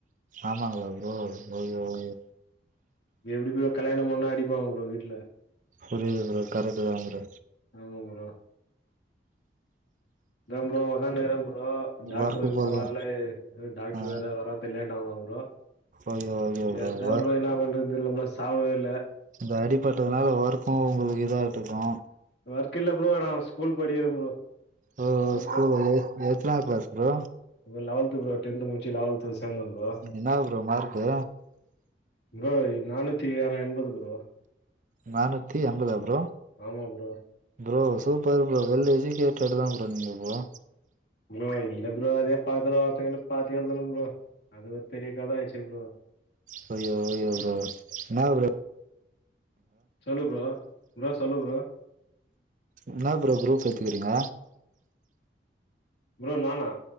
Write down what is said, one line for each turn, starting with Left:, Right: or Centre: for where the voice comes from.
Right: ஆமாங்ளா ப்ரோ ஓகே ஓகே
Left: எப்டி ப்ரோ கல்யாணம் பண்ணா அடிப்பாங்க ப்ரோ வீட்ல
Right: புரியிது ப்ரோ கரக்ட்டுதா ப்ரோ
Left: ஆமா ப்ரோ. அதா ப்ரோ வக்கானுக்குறே ப்ரோ டாக்ட்ரு
Right: ஒர்க்கு
Left: இன்னு
Right: போலயா
Left: வர்லயே ஏ டாக்டர்
Right: ஆ
Left: வேற வரா தில்லேட்டாங்கா ப்ரோ
Right: ஓகே ஓகே
Left: என்த்தா
Right: ஒ
Left: ப்ரோ என்னா பண்றத் தெர்ல ஒன்னு சாப்டவே இல்ல
Right: இந்த அடிபட்டதுனால வர்க்கு உங்களுக்கு இதாட்ருக்கு
Left: வர்க் இல்ல ப்ரோ நாம் ஸ்கூல் படிக்கிறே ப்ரோ
Right: ஓ
Left: அதான்
Right: ஸ்கூலு
Left: ப்ரோ
Right: எத்தனா க்ளாஸ் ப்ரோ
Left: இல லவல்த் ப்ரோ டென்த்து முடிச்சு லவெல்த்து சேந்தோம் ஃப்ரோ
Right: என்ன ப்ரோ மார்க்கு
Left: ப்ரோ நானூத்தி ஆறா எண்பது ப்ரோ
Right: நானூத்தி எம்பதா ப்ரோ
Left: ஆமாம் bro
Right: bro super bro well educated தா ப்ரோ நீங்க ப்ரோ
Left: ப்ரோ இல்ல ப்ரோ அதே பக்கத்துல ஒர்த்தங்கிட்ட பாத்தே எழ்ந்தனும் ப்ரோ அது ஒரு பெரிய கத ஆய்ச்சி ப்ரோ
Right: பொய்யோ ஒயோ ப்ரோ இன்னா ப்ரோ
Left: சொல்லு ப்ரோ இன்னா சொல்லு ப்ரோ
Right: என்னா ப்ரோ க்ரூப் எத்துக்கிறீங்க
Left: ப்ரோ நானா